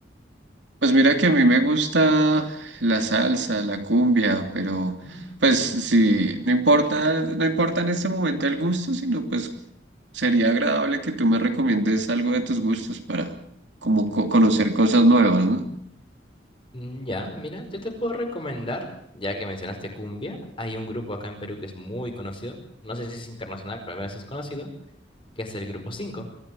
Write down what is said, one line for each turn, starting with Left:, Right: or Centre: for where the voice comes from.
Right: Pues mira que a mí me gusta la salsa, la cumbia, pero
Left: Mm,
Right: pues sí, no importa, no importa en este momento el gusto, sino pues sería agradable que tú me recomiendes algo de tus gustos para como co- conocer cosas nuevas, ¿no?
Left: mm, Ya, mira, yo te puedo recomendar, ya que mencionaste cumbia, hay un grupo acá en Perú que es muy conocido, no sé si es internacional, pero al menos es conocido, que es el Grupo Cinco